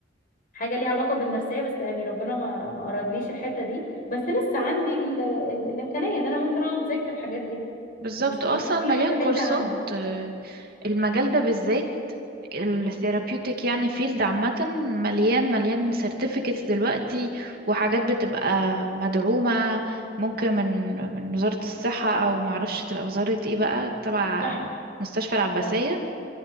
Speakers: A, on the left (about 50°); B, on the right (about 55°).
A: حاجة ليها علاقة بالنفسية بس يعني ربنا ما ما أرادليش الحتة دي بس لسه عندي ال... ال... الإمكانية ان انا ممكن اقعد اذاكر الحاجات دي
B: بالظبط
A: يعني مش
B: اصلا
A: مش كل
B: مليان
A: حاجة بعيدة
B: كورسات
A: عني
B: آه، المجال ده بالذات الثيرابيوتيك يعني فيلد عامة مليان مليان سيرتيفيكتس دلوقتي وحاجات بتبقى مدعومة ممكن من من وزارة الصحة أو معرفش تبقى وزارة ايه بقى تبع
A: صح
B: مستشفى العباسية
A: صح